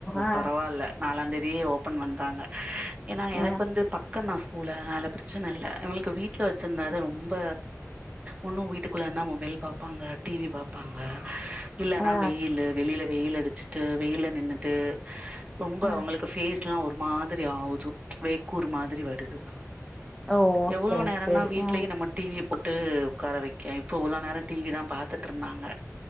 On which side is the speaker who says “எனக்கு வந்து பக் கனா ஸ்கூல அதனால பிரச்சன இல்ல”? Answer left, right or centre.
Right